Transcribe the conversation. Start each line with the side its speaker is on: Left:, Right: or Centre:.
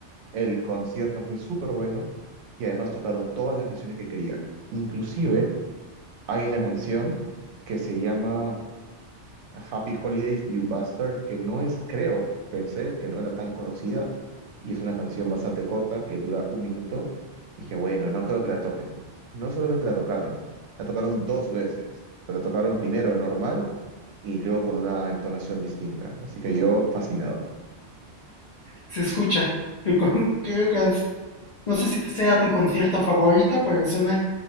Right: El concierto fue súper bueno y además tocaron todas las canciones que quería. Inclusive hay una canción que se llama Happy Holidays, You Bastard, que no es, creo, pensé que no era tan conocida y es una canción bastante corta que dura un minuto. Dije, bueno, no creo que la toquen. No solamente la tocaron, la tocaron dos veces. La tocaron primero normal y luego con una entonación distinta. Así que yo fascinado.
Left: se escucha. Tu con- <laughs> Creo que es- no sé si sea tu concierto favorito, pero suena